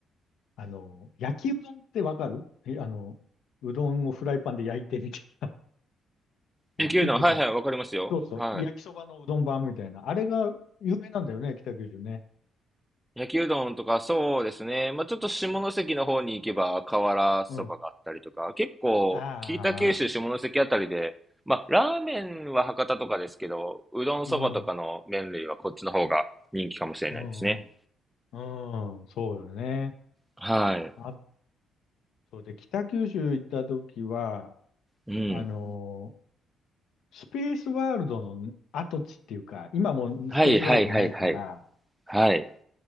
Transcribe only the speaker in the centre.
琉球うどん、
はいはい、わかりますよ。
はい。
焼きうどんとか、そうですね。まあ、ちょっと下関の方に行けば、瓦そばがあったりとか、
結構、
北九州下関あたりで、まあ、ラーメンは博多とかですけど、うどんそばとかの麺類はこっちの方が人気かもしれないですね。
はい。
うん。
はいはいはいはい。はい。